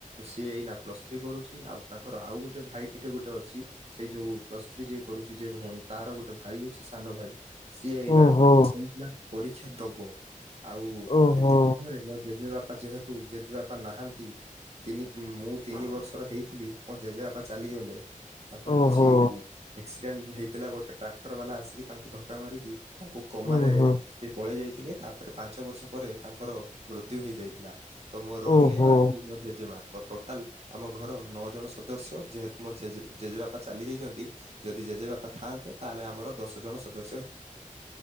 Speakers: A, on the right; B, on the left.
A: ସିଏ ଏଇନା ପ୍ଲସ୍ ଥ୍ରୀ କରୁଛି, ଆଉ ତାଙ୍କର ଆଉ ଗୋଟେ ଭାଇଟିଏ ଗୋଟେ ଅଛି ସେଇ ଯୋଉ ପ୍ଲସ୍ ଥ୍ରୀ ଯିଏ କରୁଚି ଯେ ଭଉଣୀ ତାର ଗୋଟେ ଭାଇ ଅଛି। ସେ ସାନ ଭାଇ ସିଏ ଏଇନା
B: ଓହୋ
A: ଟେନ୍ କ୍ଲାସ୍ ପରୀକ୍ଷା ଦବ। ଆଉ
B: ଓହୋ
A: ଏଥି ମଧ୍ଯରେ ମୋ ଜେଜେ ବାପା ଯେହେତୁ ଜେଜେବାପା ନାହାନ୍ତି। ତିନି ମୁଁ ତିନି ବର୍ଷର ହେଇଥିଲି ମୋ ଜେଜେବାପା ଚାଲିଗଲେ। ତାଙ୍କର
B: ଓହୋ
A: କିଛି ଏକ୍ସିରେଣ୍ଟ ହେଇଥିଲା ଗୋଟେ ଟ୍ରାକ୍ଟର୍ ବାଲା ଆସିକି ତାଙ୍କୁ ଧକ୍କା ମାରିକି ତାଙ୍କୁ କୋମାରେ
B: ଓହୋ।
A: ସିଏ ପଳେଇ ଯାଇଥିଲେ। ତାପରେ ପାଞ୍ଚ ବର୍ଷ ପରେ ତାଙ୍କର ମୃତ୍ୟୁ ହେଇଯାଇଥିଲା ତ ମୋ ରହିଲେ
B: ଓହୋ
A: ବାକି ମୋ ଜେଜେମା। ତ ଟୋଟାଲ ଆମ ଘର ନଅ ଜଣ ସଦସ୍ୟ ଯେହେତୁ ମୋ ଜେଜେ ଜେଜେବାପା ଚାଲିଯାଇଚନ୍ତି। ଯଦି ଜେଜେ ବାପା ଥାନ୍ତେ ତାହେଲେ ଆମର ଦଶ ଜଣ ସଦସ୍ୟ ହେ